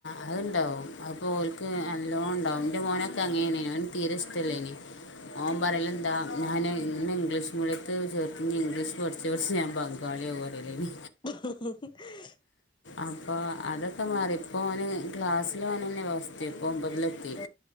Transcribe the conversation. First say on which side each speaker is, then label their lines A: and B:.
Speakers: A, on the left (about 70°); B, on the left (about 25°).
A: അഹ്ണ്ടാവും അഹ്‌ പ്പോല് ട്ട് നല്ലോണണ്ടാവും ന്റെ മോനൊക്കെ അങ്ങനെയാണ്‌ ഓന് തീരെ ഇഷ്ടല്ലേനി
B: ആ
A: ഓപറയലെന്താ ഞാന് ന്നെ ഇംഗ്ലീഷ് മീഡിയത്ത് ചേർത്ത് നി ഇംഗ്ലീഷ് പഠിച്ച് പഠിച്ച് ഞാൻ ബംഗാളിയാവൂ പറയല്
B: <unintelligible>
A: അപ്പൊ അതൊക്കെ മാറി ഇപ്പോ ഓന് ക്ലാസ്സിലോനന്നെ ഫസ് ഇപ്പൊ ഒമ്പതിലെത്തി
B: ഓ